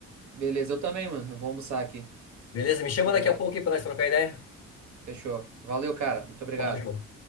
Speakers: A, on the right; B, on the left.
A: Beleza, eu também, mano. Eu vou almoçar aqui.
B: Beleza? Me chama
A: É,
B: daqui a pouco aí pra nós trocar ideia.
A: Fechou. Valeu, cara. Muito obrigado.
B: Falou, João.